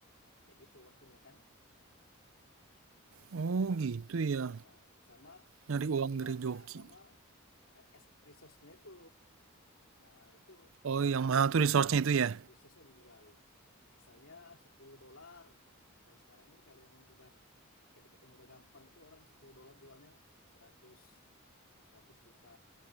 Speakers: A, on the left (about 65°); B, on the right (about 65°).
A: kayak gitu waktunya kan. Nah,
B: Oh
A: nggak ada.
B: gitu ya.
A: Iya, sama
B: Nyari uang
A: dijualnya
B: dari joki.
A: sama RS resource-nya itu. Nah, itu
B: Oh yang mahal tuh resource-nya itu ya.
A: resource-nya dijual. Misalnya 10 dolar. Kalau sekarang ini kalau yang udah tiket-tiket yang udah gampang itu orang 10 dolar jualnya 100 100 juta